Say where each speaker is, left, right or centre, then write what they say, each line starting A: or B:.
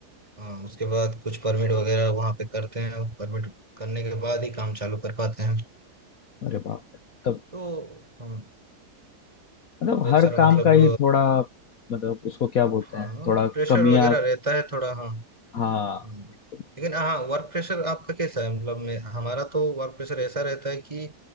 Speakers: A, on the right; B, on the left.
A: अ, उसके बाद कुछ परमिट वगैरह वहाँ पे करते हैं और परमिट करने के बाद ही काम चालू कर पाते हैं
B: अरे बाप रे तब
A: तो हम
B: मतलब
A: बहुत
B: हर
A: सारा
B: काम
A: मतलब
B: का ही थोड़ा मतलब उसको क्या बोलते
A: हाँ
B: हैं थोड़ा
A: प्रेशर
B: कमियां
A: वगैरह रहता है थोड़ा हाँ
B: हाँ
A: हम्म।
B: बिल्कुल।
A: लेकिन हाँ वर्क प्रेशर आपका कैसा है मतलब मैं हमारा तो वर्क प्रेशर ऐसा रहता है कि